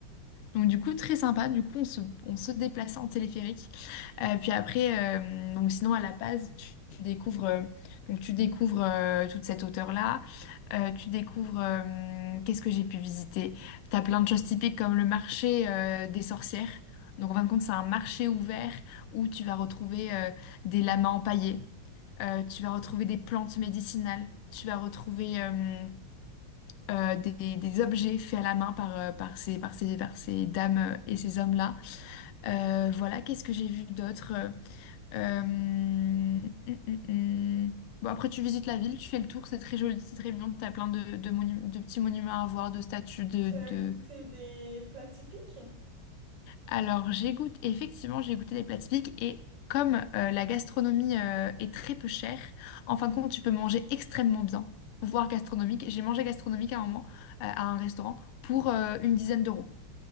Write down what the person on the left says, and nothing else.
Donc du coup, très sympa. Du coup, on se, on se déplaçait en téléphérique. Euh, puis après, euh, donc sinon à La Paz, tu, tu découvres, euh, donc tu découvres euh, toute cette hauteur-là. Euh, tu découvres, euh, qu'est-ce que j'ai pu visiter? T'as plein de choses typiques comme le marché euh, des sorcières. Donc en fin de compte, c'est un marché ouvert où tu vas retrouver euh, des lamas empaillés. Euh, tu vas retrouver des plantes médicinales. Tu vas retrouver euh, euh, des, des objets faits à la main par, euh, par ces, par ces, par ces dames euh, et ces hommes-là. Euh, voilà, qu'est-ce que j'ai vu d'autre? Euh, euh, hum, hum, hum. Bon, après, tu visites la ville, tu fais le tour, c'est très joli, c'est très mignon, t'as plein de, de, monu- de petits monuments à voir, de statues, de,
de...
Alors, j'ai goûté, effectivement, j'ai goûté des plats typiques et comme euh, la gastronomie euh, est très peu chère, en fin de compte, tu peux manger extrêmement bien, voire gastronomique. J'ai mangé gastronomique à un moment, euh, à un restaurant, pour euh, une dizaine d'euros.